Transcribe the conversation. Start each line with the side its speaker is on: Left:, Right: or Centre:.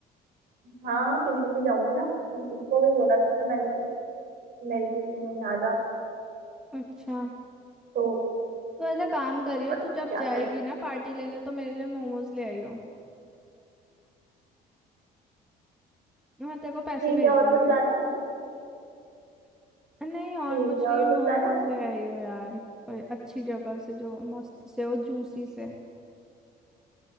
Right: हाँ ट्यूशन भी जाऊंगी ना इ- इसको भी बोला था मैंने तो कि मेरे ट्यूशन में यहाँ जा
Centre: अच्छा
Right: तो
Centre: तो ऐसा काम करियो
Right: अब पता
Centre: तू
Right: नहीं
Centre: जब
Right: क्या
Centre: जाएगी
Right: करेगी
Centre: ना पार्टी लेने तो मेरे लिए मोमोज ले आइयो मैं तेरे को पैसे
Right: ठीक
Centre: भेज
Right: है और
Centre: दूंगी
Right: कुछ लाना है
Centre: नहीं और
Right: ठीक
Centre: कुछ
Right: है
Centre: नहीं
Right: और
Centre: मोमोज
Right: कुछ लाना है
Centre: ले आई हो यार कोई अच्छी जगह से जो मस्त से हो जूसी से